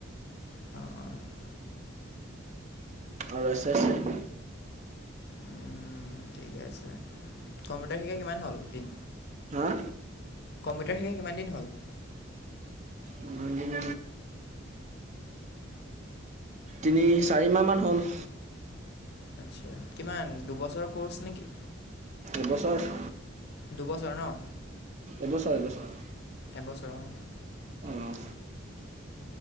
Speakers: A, on the left; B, on the right.
A: অ'-অ'।
B: আৰু এছ এছ এফ।
A: উম, ঠিকে আছে, কম্পিউটাৰ শিকা কিমান হ'ল দিন?
B: হা?
A: কম্পিউটাৰ শিকা কিমানদিন হ'ল?
B: ইমান দিন তিনি চাৰিমাহ মান হ'ল।
A: আচ্ছা, কিমান দুবছৰ ক'ৰ্চ নেকি?
B: এবছৰ।
A: দুবছৰ ন?
B: এবছৰ এবছৰ।
A: এবছৰ অঁ।
B: উম।